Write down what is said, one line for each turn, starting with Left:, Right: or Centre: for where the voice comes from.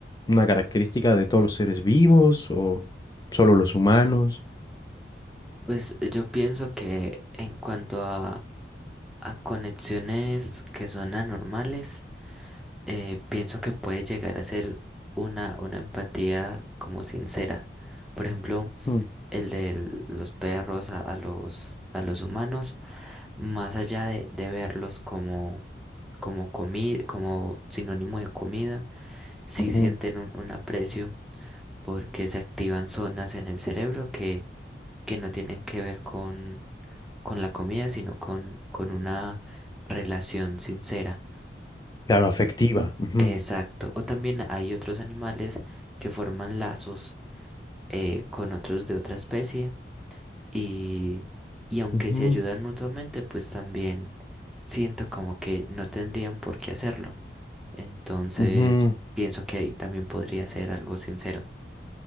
Left: una característica de todos los seres vivos o solo los humanos?
Centre: Pues yo pienso que en cuanto a, a conexiones que son anormales, eh, pienso que puede llegar a ser una, una empatía como sincera. Por ejemplo,
Left: Mm,
Centre: el de los perros a, a los, a los humanos, más allá de, de verlos como, como, comi- como sinónimo de comida, sí
Left: ujú,
Centre: sienten un, un aprecio porque se activan zonas en el cerebro que, que no tienen que ver con, con la comida, sino con, con una relación sincera.
Left: Claro, afectiva. Ujú,
Centre: Exacto. O también hay otros animales que forman lazos eh, con otros de otra especie y, y aunque
Left: ujú,
Centre: se ayudan mutuamente, pues también siento como que no tendrían por qué hacerlo. Entonces,
Left: ujú.
Centre: pienso que ahí también podría ser algo sincero.